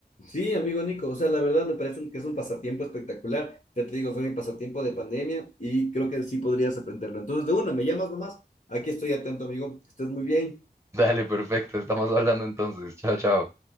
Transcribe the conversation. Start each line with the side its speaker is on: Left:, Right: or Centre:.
Left: Sí, amigo Nico, o sea, la verdad me parece un- que es un pasatiempo espectacular. Ya te digo, fue mi pasatiempo de pandemia y creo que sí podrías aprenderlo. Entonces, de una, me llamas nomás. Aquí estoy atento, amigo. Que estés muy bien.
Right: <laughs> Dale, perfecto. Estamos hablando entonces. Chao, chao.